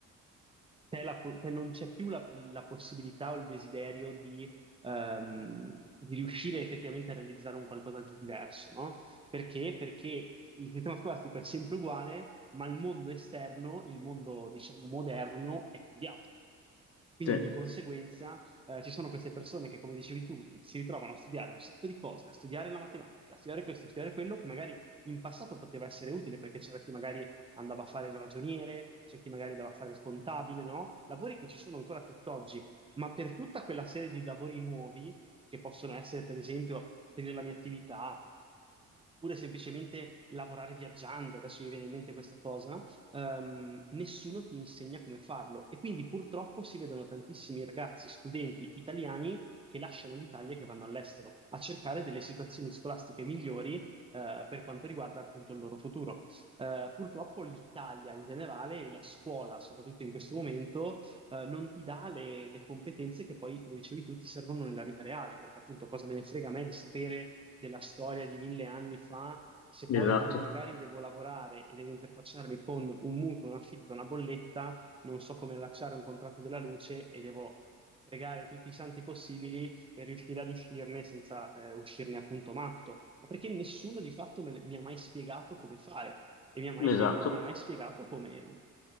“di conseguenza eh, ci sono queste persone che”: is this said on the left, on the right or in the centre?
Right